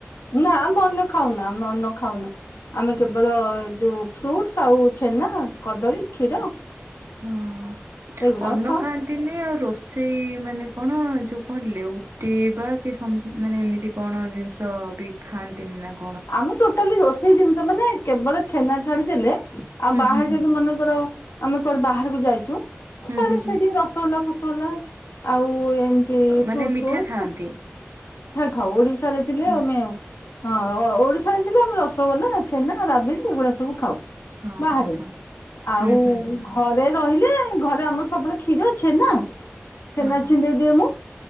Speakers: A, on the left (about 90°); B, on the right (about 65°).
A: ନା ଆମେ ଅନ୍ନ ଖାଉନା। ଅନ୍ନ ଖାଉନା ଆମେ କେବଳ ଯୋଉ ଫ୍ରୁଟ୍ସ୍ ଆଉ ଛେନା, କଦଳୀ, କ୍ଷୀର
B: ହଁ
A: ଏଇଗୁଡାକ
B: ଅନ୍ନ
A: ଖାଉ।
B: ଖାଆନ୍ତିନି, ଆଉ ରୋଷେଇ ମାନେ କଣ ଯୋଉ କଣ ଲେଉଟେଇବା କି ସମ୍ ମାନେ ଏମିତି କଣ ଜିନିଷବି ଖାଆନ୍ତିନି ନାଁ କ
A: ଆମେ ଟୋଟାଲି ରୋଷେଇ ଜିନିଷ ମାନେ କେବଳ ଛେନା ଛାଡିଦେଲେ ଆଉ
B: ହୁଁ
A: ବାହାରେ
B: ହୁଁ ହୁଁ
A: ଯଦି ମନେକର ଆମେ କୁଆଡ଼େ ବାହାରେ କୁ ଯାଇଛୁ ତାହେଲେ
B: ହୁଁ ହୁଁ ହୁଁ
A: ସେଇଠି ରସଗୋଲା ଫସ୍ ସୋଲା ଆଉ ଏ ଏମିତି
B: ମାନେ
A: ଫ୍ରୁଟ୍ସ
B: ମିଠା
A: <unintelligible>
B: ଖାଆନ୍ତି
A: <unintelligible> ଘରେ ଥିଲେ
B: ହଁ
A: <unintelligible> ହଁ ହଁ ଓଡ଼ିଶା ହେଇଥିଲେ ଆମେ ରସଗୋଲା, ଛେନା, ରାବିଡି ଏଗୁଡ଼ା ସବୁ ଖାଉ।
B: ହଁ
A: ବାହାରେ
B: ହଁ ହଁ
A: ଆଉ
B: ହୁଁ ହୁଁ ହୁଁ
A: ଘରେ ରହିଲେ ଘରେ ଆମର ସବୁବେଳେ କ୍ଷୀର, ଛେନା ଛେନା
B: ହଁ ହଁ
A: ଛିଣ୍ଡେଇ ଦିଏ ମୁଁ